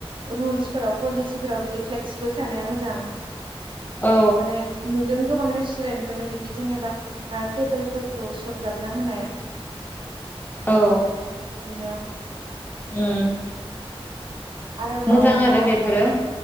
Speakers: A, on the right; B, on the left.
A: रुल्सफोराव पलिसिफोराव बिदि फ्लेक्सिबोल थानाया मोजां
B: औ
A: माने नुदोंखौ बांद्राय <unintelligible> बिदि जेनेबा टेबोलफोरखौ सरजाबना होनाय
B: औ
A: <unintelligible>
B: उम
A: आरोबाव
B: मोजां आरो
A: मा
B: बेफोरो
A: होनो